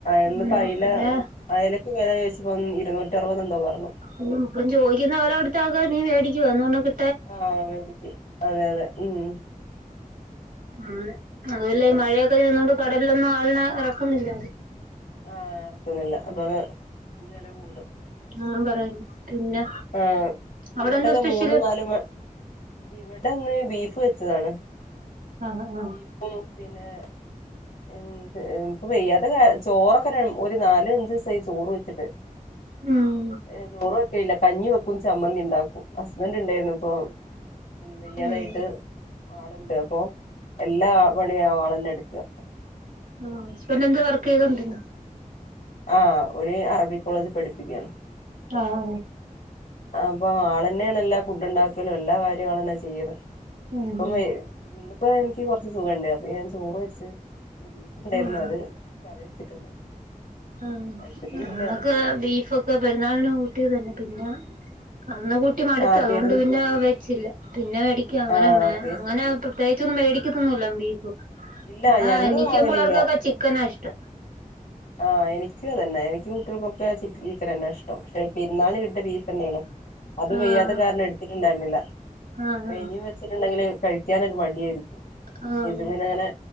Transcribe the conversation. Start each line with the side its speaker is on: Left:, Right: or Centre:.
Left: ഇന്നിപ്പോ
Right: ഉം
Left: അയല
Right: പിന്നെ
Left: അയലക്ക് വില ചോദിച്ചപോ നൂറ്റാറുപത്ത് എന്തോ പറഞ്ഞു
Right: ഉ ഇപ്പം ചോദിക്കുന്ന വില എടുത്ത ആക്കാ നീ മേടിക്കുവവാ എന്നന്ന്ോിട്ട
Left: ആഹ മേടിക്കും അതെ അതെ ഉം
Right: അനെ അതല്ല ഈ മഴയൊക്കെ ചെന്നോണ്ട് കടലിലൊന്നും ആളിനെറക്കുന്നില്ല
Left: ആഹ ഇറക്കുന്നില്ല അപ്പൊ വില കൂടും
Right: ഞാൻ പറയുന്നു പിന്നെ
Left: ആഹ
Right: അവിടെ
Left: ഇങ്ങോട്ടൊക്കെ
Right: എന്താ സ്പെഷ്യല്
Left: മൂന്നും നാലും മ ഇവിടെ ഒന്ന് ബീഫ് വെച്ചതാണ്
Right: ആഹ് ആഹ്
Left: ബീഫും പിന്നെ ഉ ഇപ്പൊ വെയ്യാതൊ ചോറൊക്കെ ഒരു നാല അഞ്ച ദിവസമായി ചോറ് വെച്ചിട്ട്
Right: ഉം
Left: ഏ ല്ല കഞ്ഞി വെക്കും ചമ്മന്തി ഉണ്ടാക്കും ഹസ്ബന്റ് ഉണ്ടായിരുന്നുപ്പൊ വേയ്യതായിട്ട്
Right: ഉം
Left: ആളുണ്ട് അപ്പൊ എല്ലാ പണിയാളന്നടുക്കുക
Right: ആ പിന്നെ എന്ത് വർക്ക് ചെയ്തോണ്ടിന്ന്
Left: ആഹ ഒര് അറബിക് കോളേജ് പഠിപ്പിക്കണ്
Right: ആഹ
Left: അപ്പൊ ആളന്നെയാണ് എല്ലാ ഫുഡണ്ടാക്കലും എല്ലാ കാര്യ ആൾന്നാ ചെയ്യത്
Right: ഉം
Left: ഇപ്പം ഇന്നിപ്പോ എനിക്ക് കൊറച്ച് സുഖ ഉണ്ട അപ്പൊ ഞാൻ ചോറ് വെച്ച് ബീഫ്
Right: ഉം
Left: ഇണ്ടായിരുന്നത് കറി വെച്ചിട്ടുണ്ട്
Right: ആ
Left: കഴിച്ചിട്ടൊന്നുല്ല
Right: ങ്ങക്കെ
Left: ആരും
Right: ബീഫൊക്കെ പെരുന്നാളിന കൂട്ടി തന്നെ പിന്നെ അന്ന് കൂട്ടി മടുത്ത്
Left: ആഹ്
Right: അതുകൊണ്ട്
Left: പെരു
Right: പിന്നെ വെച്ചില്ല പിന്നെ മേടിക്ക അങ്ങനെ
Left: ആഹ്
Right: തന്നെ
Left: പെ
Right: അങ്ങനെ പ്രത്യേകി മേടിക്കതൊന്നുമില്ല ബീഫ്
Left: ഇല്ല
Right: ഇവിട
Left: ഞങ്ങള്
Right: എനിക്കും
Left: വാങ്ങലില്ല
Right: പിള്ളേർക്കൊക്കെ ചിക്കനാ ഇഷ്ടം
Left: ആ എനിക്കും അതന്നെ എനിക്കും കുട്ടികൾക്കൊക്കെ ചിക്കൻ തന്നെ ഇഷ്ടം പെരുന്നാളിന് കിട്ടിയ ബീഫ് തന്നെയണോ അത്
Right: ആഹ്
Left: വയ്യാത്ത കാരണം എടുത്തിട്ടുണ്ടായിരുന്നില്ല
Right: ആഹ് ആഹ്
Left: ഇനിയും വെച്ചിട്ടുണ്ടെങ്കില് കഴിക്കാൻ ഒരു മടിയായിരിക്കും
Right: ആ അതെ
Left: ഇത് പിന്നെ
Right: അതെ
Left: അങ്ങനെ